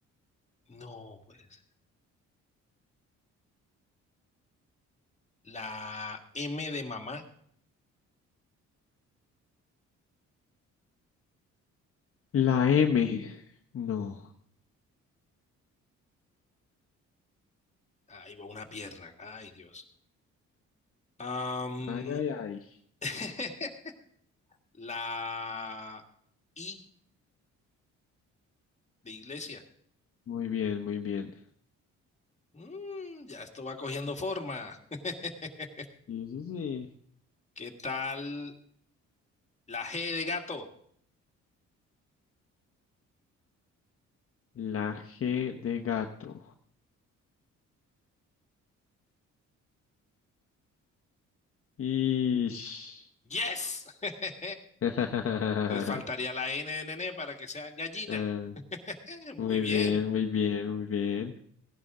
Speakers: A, on the left; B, on the left.
A: No, puede ser. La M de mamá.
B: La M. No.
A: Ahí va una pierna. Ay, Dios. Am,
B: Ay, ay, ay.
A: <laughs> la I de iglesia.
B: Muy bien, muy bien.
A: Mm, ya esto va cogiendo forma. <laughs>
B: Sí, sí, sí.
A: ¿Qué tal la G de gato?
B: La G de gato. Ish.
A: ¡Yes! <laughs>
B: <laughs>
A: Entonces faltaría la N de nene para que sea gallina.
B: Ah,
A: <laughs> Muy
B: muy
A: bien.
B: bien, muy bien, muy bien.